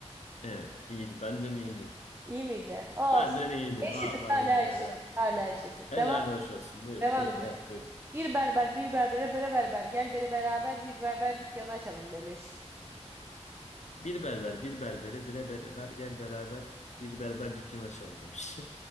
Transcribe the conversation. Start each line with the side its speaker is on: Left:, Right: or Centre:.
Left: Evet, iyiydi. Benden iyiydin.
Right: İyi miydi? Olsun.
Left: Benden iyiydin.
Right: Eşitiz
Left: Vallahi
Right: hala
Left: iyiydin.
Right: eşitiz.
Left: Helal.
Right: Hala eşitiz.
Left: Helal
Right: Devam,
Left: hoş olsun. Buyurun,
Right: devam
Left: buyurun.
Right: ediyoruz.
Left: Evet, buyurun.
Right: Bir berber bir berbere bre berber gel beri beraber bir berber dükkanı açalım demiş.
Left: Bir berber, bir berbere, bire berber, gel beraber bir berber dükkanı açalım demiş.